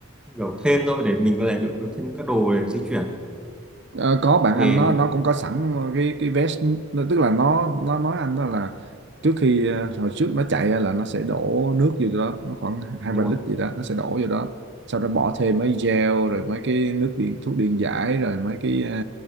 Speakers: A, in the centre; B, on the right (about 55°).
A: kiểu thêm thôi để mình có thể đựng được thêm các đồ để di chuyển
B: Ờ, có bạn
A: thì
B: anh nó nó cũng có sẵn cái cái vest nó, tức là nó nó nói anh đó là trước khi ờ, hồi trước nó chạy á là nó sẽ đổ nước vô đó nó khoảng hai
A: đúng
B: ba lít
A: rồi
B: gì đó nó sẽ đổ vô đó sau đó bỏ thêm mấy gel rồi mấy cái nước điện thuốc điện giải rồi mấy cái ờ,